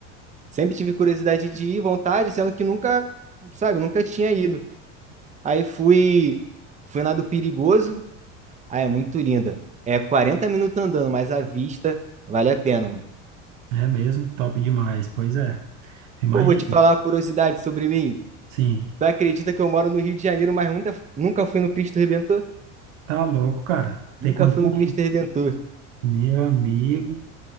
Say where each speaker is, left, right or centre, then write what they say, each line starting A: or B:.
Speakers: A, on the right (about 20°); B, on the right (about 80°).
A: Sempre tive curiosidade de ir, vontade, sendo que nunca, sabe, nunca tinha ido. Aí fui, fui na do Perigoso Ah, é muito linda. É 40 minutos andando, mas a vista vale a pena, mano.
B: É mesmo, top demais, pois é. Imagina,
A: Pô, vou te falar uma curiosidade sobre mim.
B: sim,
A: Tu acredita que eu moro no Rio de Janeiro, mas nunca, nunca fui no Cristo Redentor?
B: tá louco, cara.
A: Nunca
B: Tem quantos
A: fui
B: anos?
A: no Cristo Redentor.
B: Meu amigo,